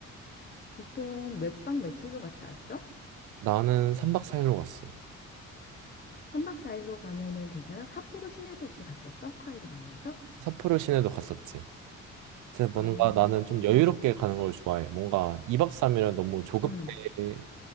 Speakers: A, on the left; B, on the right.
A: 보통 몇 박 며칠로 갔다 왔어?
B: 나는 3박 4일로 갔어.
A: 3박 4일로 가면은 괜찮아? 삿포로 시내도 혹시 갔었어? 홋카이도 가면서?
B: 삿포로 시내도 갔었지. 근데 뭔가
A: 아,
B: 나는 좀 여유롭게 가는 걸 좋아해. 뭔가 2박 3일은 너무 조급해
A: 음,